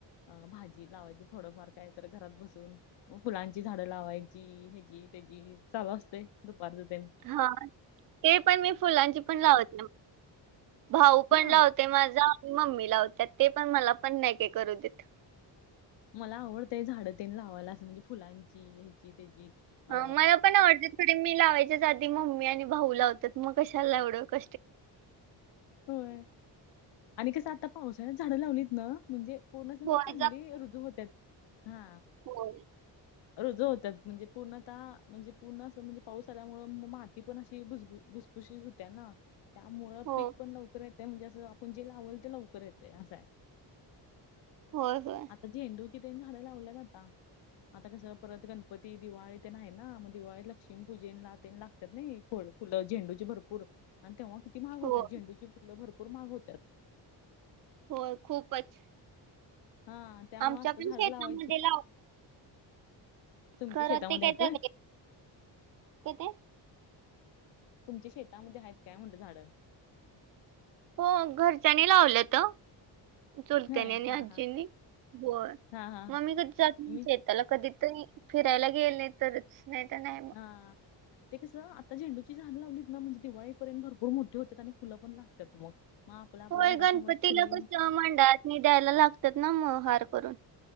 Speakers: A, on the left; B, on the right.
A: अ भाजी लावायचं थोडंफार काय तर घरात बसून फुलांची झाडं लावायची हची त्याचीी चालू असते दुपारच ते
B: हा ते पण मी फुलांची पण लावत नाही भाऊ पण
A: हा
B: लावते माझा आणि मम्मी लावत ते पण मला पण नाही का करू देत
A: मला आवडतंय झाड तेन लावायला असं म्हणजे फुलांची ह्याची त्याची अ
B: मला पण आवडतं ो मी लावायच्याच आधी मम्मी आणि भाऊ लावतात मग कशाला लावडं क
A: होय आणि कसं आता पावसाळ्यात झाडं लावलीत ना म्हणजे कोरोना स
B: होय
A: चांगली रुजू होतात हा
B: हो
A: रोज होतात म्हणजे पूर्णताः म्हणजे पूर्ण असं म्हणजे पाऊस आल्यामुळे माती पण अशी भुज कशी सुध्या ना त्यामुळं
B: हो
A: पीक पण लवकर येते म्हणजे असं आपण जे लावल ते लवकर येते असं आहे
B: हो हो
A: ज झेंडू होती त्यांनी झाडं लावल्या जाता आता कस परत गणपती दिवाळी तेण आहे ना मग दिवाळी लक्ष्मी पूजेन लाते लाग नाही फ फुलं झेंडूची भरपूर आणि तेव्हा किती महागतात
B: हो
A: झेंडूची फुलं भरपूर मग होतात
B: हो खूपच
A: हा त्यामुळे
B: आमच्या
A: आत्ता
B: पण
A: झाडं
B: शेतामध्ये
A: लावायची
B: लावतात
A: तुमच्या
B: खरं
A: शेतामध्ये
B: ते काय
A: आहेत
B: जाग
A: होय?
B: ते
A: तुमच्या शेतामध्ये आहेत काय म्हणज झाडं
B: हो घरच्यांनी लावलं तर चोरत्यानी
A: होय
B: आणि
A: हा
B: आजीनी
A: हा
B: हो
A: हा हा हा
B: मगमी कधी
A: मी
B: जात त्याला कधी तरी फिरायला गेल नाही तरच नाही तर नाही मग
A: हा ते कसं आता झेंडूची झाड लावलीत ना म्हणजे दिवाळीपर्यंत भरपूर मोठे होतात आणि फुलं पण लागतात मग मग आपल्या आपल्या
B: होय
A: घरासमोरची
B: गणपतीला
A: फुलं घेऊन
B: कस मंडळात द्यायला लागतात ना म हार करून